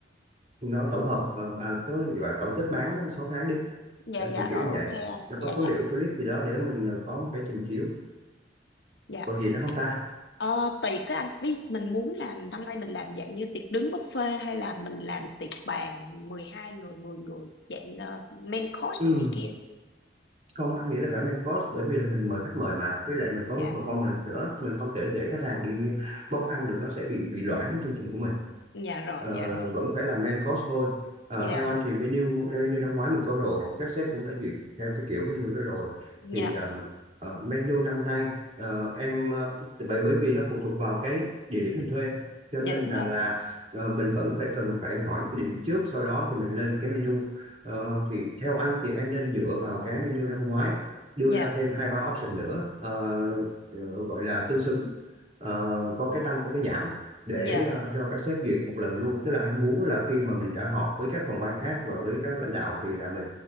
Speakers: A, on the right (about 40°); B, on the left (about 70°).
A: nó tổng hợp ờ, à, có gọi là tổng kết bán 6 tháng đi
B: dạ
A: Ờ,
B: dạ
A: kiểu
B: rồi
A: kiểu như
B: ok
A: vậy
B: anh
A: nó
B: dạ
A: có số
B: dạ
A: liệu số clip gì đó để mình ờ, có một cái trình chiếu
B: dạ
A: còn gì nữa không ta
B: Ờ, tiệc các anh biết mình muốn là năm nay mình làm dạng như tiệc đứng buffet hay là mình làm tiệc bàn 12 người 10 người dạng ờ, main course
A: ừ.
B: đồ này kia.
A: không anh nghĩ là phải main course bởi vì là mình mời khách mời mà với lại mình
B: Dạ,
A: có performance nữa mình không thể để khách hàng đi bốc ăn được nó sẽ bị bị loãng cái chương trình của mình
B: dạ rồi,
A: Ờ,
B: dạ rồi.
A: vẫn phải là main course thôi Ờ,
B: Dạ,
A: theo anh thì menu menu năm ngoái mình có rồi các sếp cũng đã duyệt theo cái kiểu menu đó rồi
B: dạ,
A: thì ờ, ờ, menu năm nay ờ, em ờ, bởi bởi vì nó phụ thuộc vào cái địa điểm mình thuê cho
B: dạ
A: nên
B: đúng
A: rằng
B: rồi.
A: là ờ, mình vẫn phải cần phải hỏi cái địa điểm trước sau đó thì mình lên cái menu Ờ, thì theo anh thì em nên dựa vào cái menu năm ngoái đưa
B: Dạ,
A: ra thêm hai ba option nữa ờ, ờ, gọi là tương xứng Ờ, có cái tăng có cái giảm để
B: dạ,
A: ờ, cho các sếp duyệt một lần luôn tức là anh muốn là khi mà mình đã họp với các phòng ban khác và với các lãnh đạo thì là mình